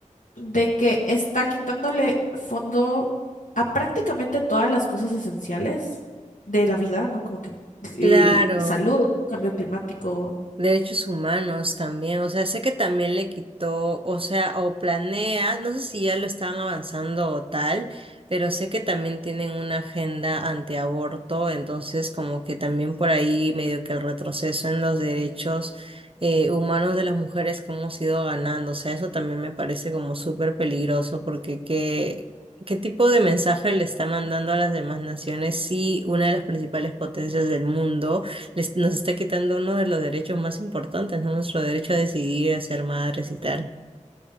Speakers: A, on the left; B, on the right.
A: de que está quitándole fondo a prácticamente todas las cosas esenciales de la vida, ¿no? Como que eh,
B: Claro.
A: salud, cambio climático.
B: Derechos humanos también, o sea, sé que también le quitó, o sea, o planea, no sé si ya lo están avanzando o tal, pero sé que también tienen una agenda antiaborto, entonces como que también por ahí medio que el retroceso en los derechos eh, humanos de las mujeres que hemos ido ganando, o sea, eso también me parece como súper peligroso porque qué, qué tipo de mensaje le está mandando a las demás naciones si una de las principales potencias del mundo les- nos está quitando uno de los derechos más importantes, ¿no? Nuestro derecho a decidir, a ser madres y tal.